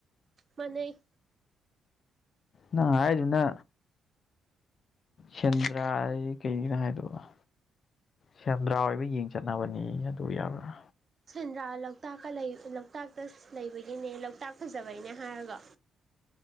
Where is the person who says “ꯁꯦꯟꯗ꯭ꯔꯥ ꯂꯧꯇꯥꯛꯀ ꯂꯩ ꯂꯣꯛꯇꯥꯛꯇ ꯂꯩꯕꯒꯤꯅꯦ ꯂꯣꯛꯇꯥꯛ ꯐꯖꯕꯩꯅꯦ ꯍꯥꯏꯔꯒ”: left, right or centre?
Right